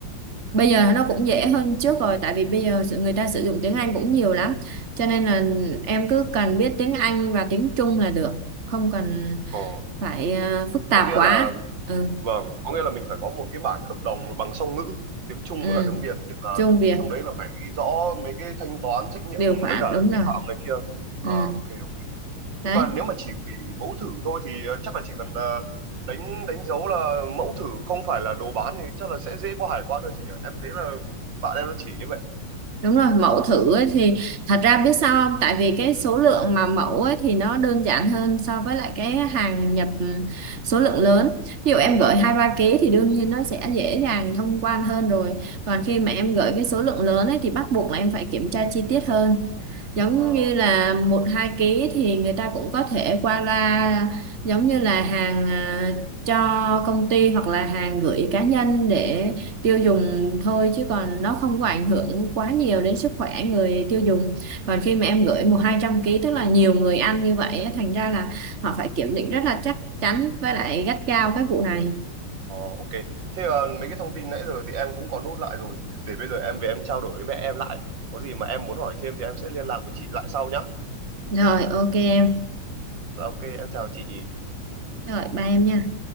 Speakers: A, on the right (about 35°); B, on the right (about 60°).
A: bây giờ nó cũng dễ hơn trước rồi tại vì bây giờ sự người ta sử dụng tiếng Anh cũng nhiều lắm cho nên là em cứ cần biết tiếng Anh và tiếng Trung là được không cần
B: ờ.
A: phải ờ, phức tạp
B: Có nghĩa
A: quá
B: là
A: ừ
B: vâng, có nghĩa là mình phải có một cái bản hợp đồng bằng song ngữ tiếng Trung
A: ừ
B: với cả tiếng Việt để mà
A: Trung Việt
B: trong đấy là phải ghi rõ mấy cái thanh toán trách nhiệm
A: điều khoản
B: với cả
A: đúng rồi
B: vi phạm này kia. À
A: ừ
B: ok ok.
A: đấy
B: nhưng mà nếu mà chỉ hủy mẫu thử thôi thì ờ, chắc là chỉ cần ờ, đánh đánh dấu là mẫu thử không phải là đồ bán thì chắc là sẽ dễ qua hải quan hơn chị nhỉ em thấy là bạn em nó chỉ như vậy
A: Đúng rồi, mẫu thử ấy thì thật ra biết sao không? Tại vì cái số lượng mà mẫu ấy thì nó đơn giản hơn so với lại cái hàng nhập ừ, số lượng lớn. Ví dụ em gửi hai ba ký thì đương nhiên nó sẽ dễ dàng thông quan hơn rồi. Còn khi mà em gửi cái số lượng lớn ấy thì bắt buộc là em phải kiểm tra chi tiết hơn. Giống
B: ờ
A: như là một hai ký thì người ta cũng có thể qua loa giống như là hàng à, cho công ty hoặc là hàng gửi cá nhân để tiêu dùng thôi chứ còn nó không có ảnh hưởng quá nhiều đến sức khỏe người tiêu dùng còn khi mà em gửi một hai trăm ký tức là nhiều người ăn như vậy á, thành ra là họ phải kiểm định rất là chắc chắn với lại gắt gao cái vụ này
B: ờ, ok thế ờ, mấy cái thông tin nãy giờ thì em cũng có nốt lại rồi để bây giờ em về em trao đổi với mẹ em lại có gì mà em muốn hỏi thêm thì em sẽ liên lạc với chị lại sau nhá
A: rồi ok em
B: Dạ, ok em chào chị
A: rồi ba em nha